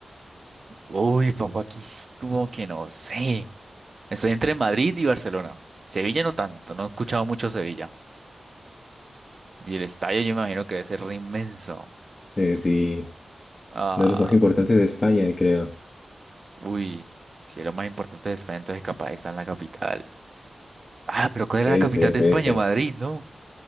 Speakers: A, on the right; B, on the left.
A: Uy, papu, aquí sí como que no sé. Estoy entre Madrid y Barcelona. Sevilla no tanto, no he escuchado mucho Sevilla. Y el estadio yo me imagino que debe ser re inmenso.
B: Eh, sí,
A: Ah,
B: uno de los más importantes de España, creo.
A: uy, si es lo más importante de España, entonces capaz está en la capital. Ah, pero ¿cuál es
B: Puede
A: la capital
B: ser,
A: de
B: puede
A: España?
B: ser.
A: Madrid, ¿no?